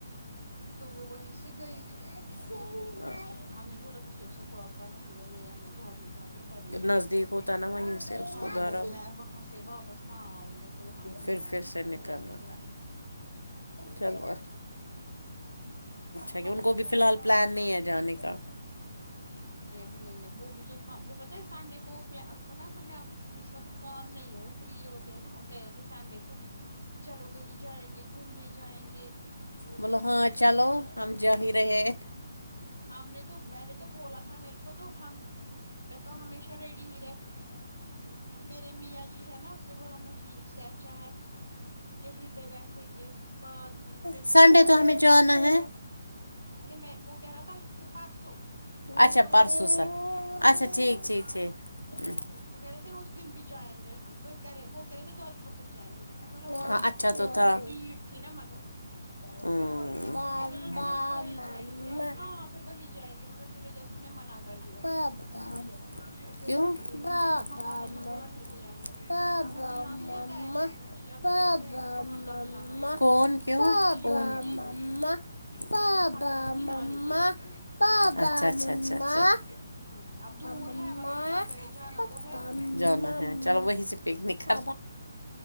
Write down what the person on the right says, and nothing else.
تو وہ وہی سے گئی
تو وہ بھی اس نے ہم نے بولا تھا سل سب اپ انا اس نے بولا نہیں اب میں گھر ہی جاؤں گا تب اس کو
ہاں
بولا میں وہاں سے واپس کہاں آؤں گا تو وہاں سے میں
پہنچ
جاؤں
گا جلدی گھر
ہ
بھی نہیں ہے وہ مجھے وہ پتہ ہے سنڈے کو نا اصل میں اب اس وقت کام نہیں ہے وہ فری ہوتے ہیں نا کہہ رہے تھے سنڈے کو چلو کہیں جائیں گے گھومنے جائیں گے
نے بولا
ہم نے تو میں تو بولا تھا میرے کو تو ہم تو ہمیشہ ریڈی ہی رہ تی ہوں میرے میاں جی ہے نا اسے بولا نہیں اس سے اچھا ہے یہی پہ بیٹھیں گے باغ میں ہی پھر
کیا تھا نا
وہ
ارے میں وہ کہہ رہا تھا پرسوں
جب وہ
یہی تھے
وغیرہ تھ اس دن بھی جائیں گے ہاں پھرے وہ کہہ رہے تھے دود پتھر جائیں گے میں بولا وہاں
پہ
بہت بھیڑ تھی نا مگر
پھر بول رہے تھے
میں نے بولے تھ نہیں وہل
جائیں گے بولا ہاں پھر وہی جائیں گے مگر پھر اعجاز صاحب نے منع کر دیا
تو پھر
نہیں مما
نے بھی بولا نہیں جائیں گے
اب ہمیں یہاں
سے نا تعزیت پہنچی اب
دیکھ رہے ہیں کہ وہاں
کب جانا پڑے
گا
شیبا
کی
ہسبینڈ کی نانی
کی ڈیتھ
ہ اب دور
ہے مگر کیا کرے جانا
تو ہے